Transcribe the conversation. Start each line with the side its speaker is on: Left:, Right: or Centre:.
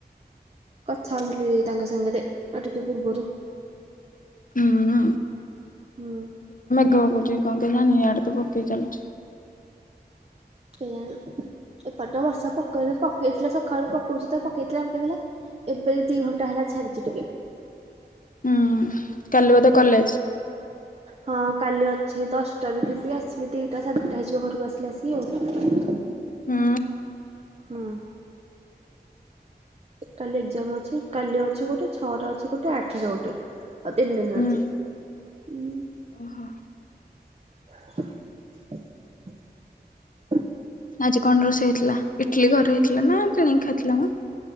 Right: କଥା ହଉଥିଲି ତାଙ୍କ ସାଙ୍ଗ ରେ ଅଉ ଟିକେ ପୂର୍ବରୁ।
Left: ହୁଁ।
Right: ହୁଁ।
Left: ଘ ହଉଚି କଁ କେଜାଣି ଇଆଡ଼େ ତ ପକେଇ ଚାଲୁଚି।
Right: କେଜାଣି। ଏପଟେ ବର୍ଷା ପକେଇ ପକେଇଥିଲା ସକାଳୁ ପକଉଛି ତ ପକେଇଥିଲା ପକେଇଥିଲା ଏବେ ଦି ଘଣ୍ଟା ହେଲା। ଛାଡ଼ିଚି ଟିକେ।
Left: ଉଁ କାଲି ବୋଧେ କଲେଜ?
Right: ହଁ କାଲି ଅଛି ଦଶଟାରୁ ଯିବି ଆସିବି ଦିଟା ସାଢେ ଦିଟା ହେଇଯିବ ଘରକୁ ଆସିଲେ ଆସିବି ଆଉ।
Left: ହୁଁ
Right: ହୁଁ। କାଲି ଏକ୍ଜାମ ଅଛି କାଲି ଅଛି ଗୋଟେ ଛଅରେ ଅଛି ଗୋଟେ ଆଠରେ ଗୋଟେ। ଆଉ ତିନି ଦିନ
Left: ହୁଁ।
Right: ଅଛି ଉଁ।
Left: ଓହୋ
Right: <inaudible>
Left: ଆଜି କଣ ରୋଷେଇ ହେଇଥିଲା ଇଟିଲି ଘରେ ହେଇଥିଲା ନା କିଣିକି ଖାଇଥିଲା ମ?